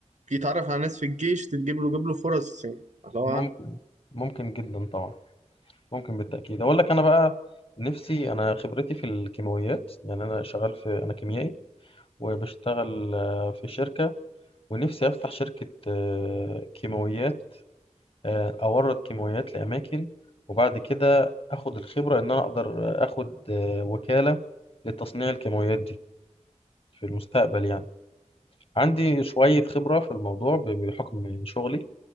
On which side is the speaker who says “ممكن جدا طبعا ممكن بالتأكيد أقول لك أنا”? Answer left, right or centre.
Left